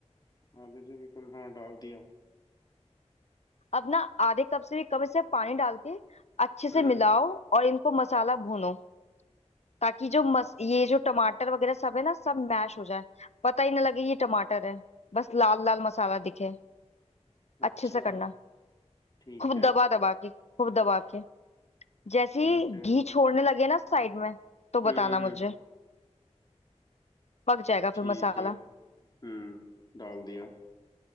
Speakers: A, on the left; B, on the left.
A: आधे से भी कम हाँ डाल दिया
B: अब ना आधे कप से भी कम इसमें पानी डाल के अच्छे से
A: हम्म
B: मिलाओ और इनको मसाला भूनो ताकि जो मस ये जो टमाटर वगैरह सब है ना सब मैश हो जाए पता ही ना लगे ये टमाटर है बस लाल लाल मसाला दिखे
A: अच्छा
B: अच्छे से करना
A: ठीक
B: खूब
A: है
B: दबा दबा के खूब दबा के जैसे
A: ठीक
B: ही घी
A: है हम्म
B: छोड़ने लगे ना साइड में तो बताना
A: हम्म हम्म,
B: मुझे पक जाएगा
A: ठीक
B: फिर मसाला
A: है हम्म डाल दिया